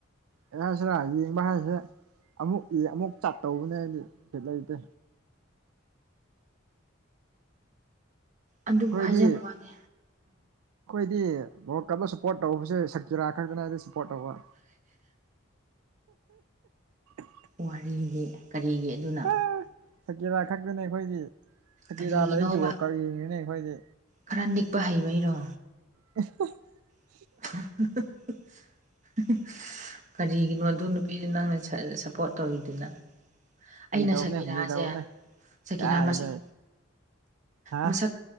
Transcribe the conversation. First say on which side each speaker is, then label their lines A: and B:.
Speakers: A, on the right (about 85°); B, on the right (about 35°).
A: <unintelligible> ꯑꯃꯨꯛ ꯏ ꯑꯃꯨꯛ ꯆꯠꯇꯧꯕꯅꯦ ꯑꯩꯗꯤ ꯕꯤꯠ ꯂꯩꯇꯦ
B: ꯑꯗꯨꯕꯨ
A: ꯑꯩꯈꯣꯏꯗꯤ
B: ꯍꯥꯏꯖꯕ ꯋꯥꯅꯦ
A: ꯑꯩꯈꯣꯏꯗꯤ ꯋꯥꯜ ꯀꯥꯞꯇ ꯁꯞꯄꯣꯔꯠ ꯇꯧꯕꯁꯦ ꯁꯀꯤꯔꯥ ꯈꯛꯇꯅꯤ ꯑꯩꯗꯤ ꯁꯞꯄꯣꯔꯠ ꯇꯧꯕ <unintelligible>
B: ꯋꯥꯔꯤꯗꯤ ꯀꯔꯤꯒꯤ ꯑꯗꯨꯅ
A: ꯑꯥ ꯁꯀꯤꯔꯥ ꯈꯛꯇꯅꯦ ꯑꯩꯈꯣꯏꯗꯤ ꯁꯀꯤꯔꯥ
B: ꯀꯔꯤꯒꯤꯅꯣꯕ
A: ꯂꯩꯕꯒꯤ ꯋꯥꯜꯀꯞ ꯌꯦꯡꯉꯤꯅꯦ ꯑꯩꯈꯣꯏꯗꯤ
B: ꯈꯔ ꯅꯤꯛꯄ ꯍꯩꯕꯩꯔꯣ
A: <unintelligible>
B: <unintelligible> ꯀꯔꯤꯒꯤꯅꯣ ꯑꯗꯨ ꯅꯨꯄꯤꯗꯨ ꯅꯪꯅ ꯁꯞꯄꯣꯔꯠ ꯇꯧꯋꯤꯗꯨꯅ
A: ꯐꯥꯒꯤ
B: ꯑꯩꯅ
A: ꯇꯧꯕꯅꯦ
B: ꯁꯛꯀꯤꯔꯥꯁꯦ
A: ꯐꯥꯒꯤ ꯇꯧꯕꯅꯦ
B: ꯁꯛꯀꯤꯔꯥ
A: ꯀꯥꯏꯗꯩ
B: ꯃꯁꯛ
A: ꯍꯥ
B: ꯃꯁꯛ